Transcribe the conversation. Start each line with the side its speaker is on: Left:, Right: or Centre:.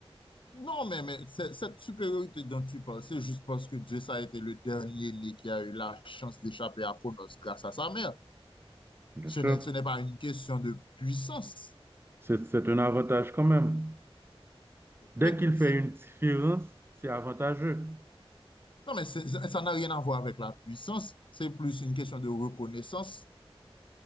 Left: Non, mais, mais c'est- cette supériorité dont tu parles, c'est juste parce que Dieu ça a été le dernier né qui a eu la chance d'échapper à Cronos grâce à sa mère.
Right: Bien
Left: Ce
Right: sûr,
Left: n'est, ce n'est pas une question de puissance.
Right: c'est c'est un avantage quand même. Dès
Left: Mais
Right: qu'il
Left: c'est-
Right: fait une différence, c'est avantageux.
Left: non, mais c'est- ça n'a rien à voir avec la puissance. C'est plus une question de reconnaissance.